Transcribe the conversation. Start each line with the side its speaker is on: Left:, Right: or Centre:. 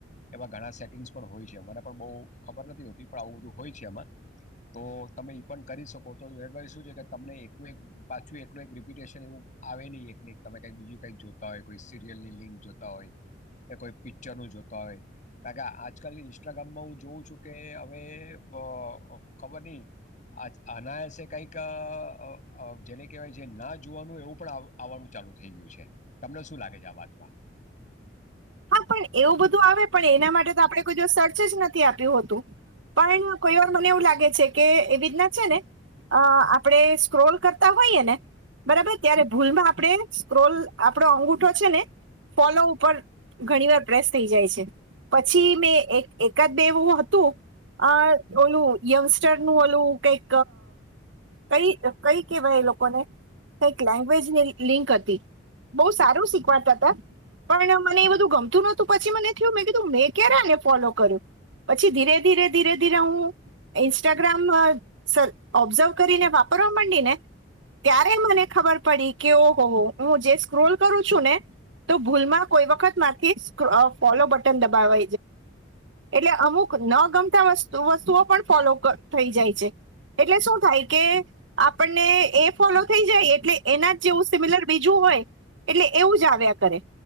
Left: એવા ઘણા સેટિંગ્સ પણ હોય છે મને પણ બો ખબર નથી હોતી પણ આવું બધું હોય છે એમાં તો તમે એ પણ કરી શકો તમને એક એક પાછું એકનું એક રિપિટેશન એવું આવે નહીં એક તમે કંઈક બીજું કંઈક જોતા હોય કોઈ સિરિયલની લિંક જોતા હોય કે કોઈ પિક્ચરનું જોતા હોય કારણ કે આજકાલ ઇન્સ્ટાગ્રામમાં હું જોઉં છું કે હવે વ અ ખબર નહીં અનાયસે કંઈક ક અ અ જેને કહેવાય ના જોવાનું એવું પણ આવ આવવાનું ચાલુ થઈ ગયું છે તમને શું લાગે છે આ વાતમાં
Right: હા પણ એવું બધું આવે પણ એના માટે તો આપણે કોઈ દિવ સર્ચ જ નથી આપ્યું હોતું પણ કોઈ વાર મને એવું લાગે છે કે એવી રીતના છે ને અ આપણે સ્ક્રોલ કરતા હોઈએ ને બરાબર ત્યારે ભૂલમાં આપણે સ્ક્રોલ આપણો અંગુઠો છે ને ફોલો ઉપર ઘણી વાર પ્રેસ થઈ જાય છે પછી મેં એક એકાદ બેવું હતું અ ઓલું યંગસ્ટર નું ઓલું કઈક કઈ કઈ કેહેવાય એ લોકોને કઈક લેંગ્વેજની લિંક હતી બો સારું શીખવાતા હતા પણ મને એ <unintelligible> પછી મને થયું મે કીધું મેં કેને ફોલો કર્યું પછી ધીરે ધીરે ધીરે ધીરે હું ઇન્સ્ટાગ્રામ સ ઓબ્ઝર્વ કરીને વાપરવા માંડી ને ત્યારે મને ખબર પડી કે ઓહો હો હું જે સ્ક્રોલ કરું છું ને તો ભૂલમાં કોઈ વખત મારથી સ્કોર ફોલો બટન દબય જાય એટલે અમુક ન ગમતા વસ્તુ વસ્તુઓ પણ ફોલો થઈ જાય છે એટલે શું થાય કે આપણને એ ફોલો થઈ જાય એટલે એના જ જેવું સિમિલર બીજું હોય એટલે એવું જ આવ્યા કરે